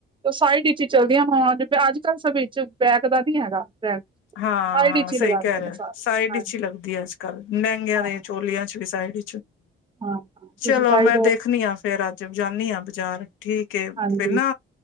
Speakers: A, on the right (about 25°); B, on the left (about 80°).
A: ਸਾਈਡ ਵਿੱਚ ਹੀ ਚਲਦੀਆਂ, ਹੋ ਅੱਜ ਕੱਲ੍ਹ ਸਭ ਵਿੱਚ ਬੈਕ ਦਾ ਨੀ ਹੈਗਾ ਬੈਕ।
B: ਹਾਂ
A: ਸਾਈਡ
B: ਹਾਂ
A: ਵਿੱਚ ਹੀ
B: ਸਹੀ
A: ਲਗਾਉਂਦੇ
B: ਕਹਿ ਰਿਹੇ,
A: ਨੇ ਸਾਰੇ
B: ਸਾਈਡ
A: ਹਾਂਜੀ
B: ਵਿਚ ਹੀ ਲੱਗਦੀ ਅੱਜ ਕੱਲ, ਲੇਹਗਿਆਂ
A: ਹਾਂ
B: ਦੇ ਚੋਲੀਆਂ 'ਚ ਵੀ ਸਾਈਡ।
A: ਹਾਂ ਹਾਂ
B: ਚਲੋ
A: ਤੁਸੀਂ ਸਾਈਡ
B: ਮੈਂ
A: ਹੋ
B: ਦੇਖਣੀ ਹਾਂ ਫੇਰ ਅੱਜ, ਜਾਂਦੀ ਹਾਂ ਬਾਜ਼ਾਰ। ਠੀਕ ਏ,
A: ਹਾਂਜੀ
B: ਫੇਰ ਨਾ